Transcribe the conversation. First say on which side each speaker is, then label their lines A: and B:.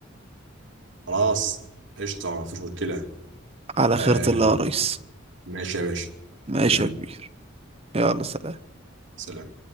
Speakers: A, on the right; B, on the right.
A: خلاص قشطه ما فيش مشكله
B: على خيرة
A: آه
B: الله يا ريس
A: ماشي يا باشا
B: ماشي
A: تمام
B: يا كبير يلا سلام
A: سلام